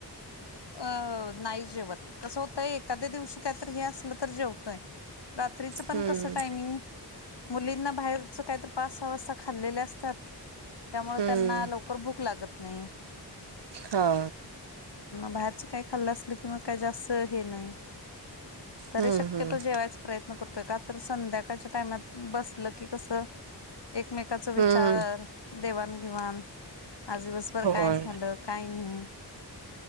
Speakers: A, on the left (about 75°); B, on the right (about 80°).
A: अ.. नाही जेवत कस होतय एखाद्या दिवशी कायतर हे असलं तर जेवतोय रात्रीच पण
B: हम्म
A: कस टाईमींग मुलींना बाहेरच काहीत पाच सहा वाजता खाल्लेल असतात. त्यामुळे
B: हम्म.
A: त्यांना लवकर भूक लागत नाही.
B: हा
A: बाहेरच काही खाल्लं असलं किं काही जास्त हे नाही तरी
B: हम्म
A: शक्यतो
B: हम्म
A: जेवायचा प्रयत्न करतोय का तर संध्याकाळच्या टायमात बसलं की, कस एकमेकाच विचार
B: हम्म
A: देवाणघेवाण आज दिव भर
B: होय
A: काय झालं, काय नाही. <inaudible>